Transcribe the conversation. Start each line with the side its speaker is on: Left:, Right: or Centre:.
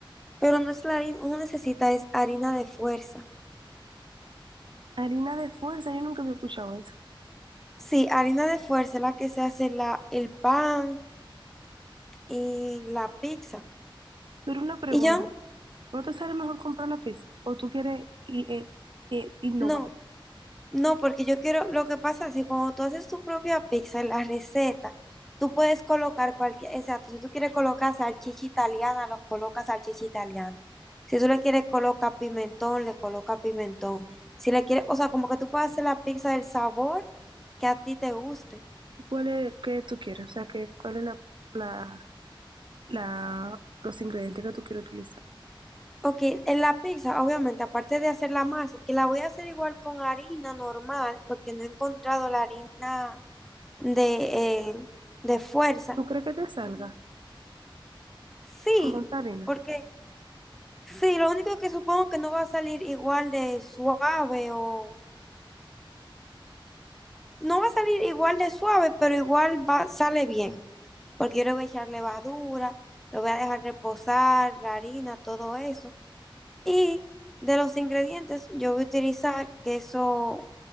Centre: pero no es la harina, uno necesita es harina de fuerza.
Right: Harina de fuerza, yo nunca había escuchado eso.
Centre: Sí, harina de fuerza es la que se hace la, el pan y la pizza.
Right: Pero una pregunta,
Centre: Y yo,
Right: ¿no te sale mejor comprar la pizza? ¿O tú quieres i- eh, eh, innovar?
Centre: no, no, porque yo quiero, lo que pasa es que cuando tú haces tu propia pizza, en la receta, tú puedes colocar cualquier, exacto, si tú quieres colocar salchicha italiana, lo colocas salchicha italiana. Si tú le quieres colocar pimentón, le coloca pimentón. Si le quieres, o sea, como que tú puedes hacer la pizza del sabor que a ti te guste.
Right: ¿Cuál es, qué tú quieres? O sea, ¿qué, cuál es la, la, la- los ingredientes que tú quieres utilizar?
Centre: Ok, en la pizza, obviamente, aparte de hacer la masa, que la voy a hacer igual con harina normal, porque no he encontrado la harina de, eh, de fuerza.
Right: ¿Tú crees que te salga
Centre: Sí,
Right: con esa harina?
Centre: porque sí, lo único que supongo que no va a salir igual de suave o no va a salir igual de suave, pero igual va, sale bien, porque yo le voy a echar levadura, lo voy a dejar reposar, la harina, todo eso. Y de los ingredientes, yo voy a utilizar queso